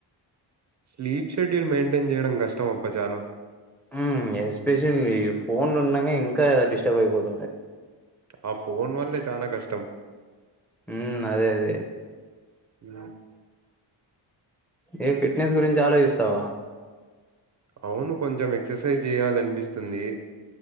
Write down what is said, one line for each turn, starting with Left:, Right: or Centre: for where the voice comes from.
Right: స్లీప్ షెడ్యూల్ మెయింటైన్ చేయడం కష్టం అబ్బా చానా.
Centre: ఉమ్ ఎక్సపెషలి ఫోన్లు ఉన్నంగా ఇంకా డిస్టర్బ్ అయిపోతంది.
Right: ఆ ఫోన్ వల్లే చానా కష్టం
Centre: ఉ అదే అదే
Right: ఉ
Centre: యే ఫిట్నెస్ గురించి ఆలోచిస్తావా
Right: అవును కొంచెం ఎక్సర్సైజ్ చేయాలి అనిపిస్తుంది